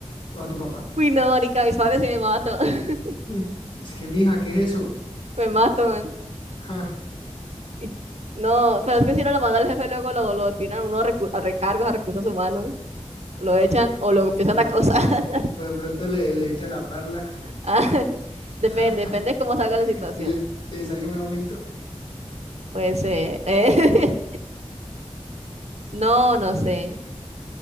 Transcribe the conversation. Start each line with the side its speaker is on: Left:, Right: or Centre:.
Left: o a tu papá.
Right: <laughs> Uy, no, marica, mis padres sí me matan. <laughs>
Left: Mm, es que, mija, ¿qué es eso?
Right: Me matan.
Left: Ja.
Right: Y- No, pero es que si no lo manda al jefe, luego lo, lo tiran uno a, recu- a recargos, a recursos humanos. Lo echan o lo empiezan
Left: O, de
Right: a acosar. <laughs>
Left: o de pronto le, le echa la parla
Right: Ay, depende,
Left: <laughs>
Right: depende de cómo salga la situación.
Left: y le, le salga un aumento.
Right: Pues, eh, <laughs> eh, <laughs> no, no sé.